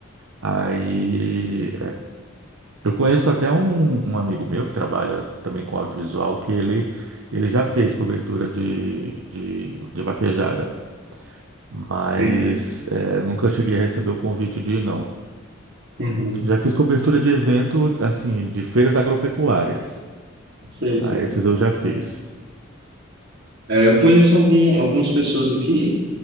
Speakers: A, on the right; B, on the right.
A: aí Eu conheço até um, um amigo meu que trabalha também com audiovisual, que ele, ele já fez cobertura de, de, de vaquejada, mas
B: Sim.
A: é, nunca cheguei a receber o convite de ir, não.
B: Uhum.
A: Já fiz cobertura de evento, assim, de feiras agropecuárias.
B: Sei, sei.
A: Ah, esses eu já fiz.
B: É, eu conheço algum, algumas pessoas aqui,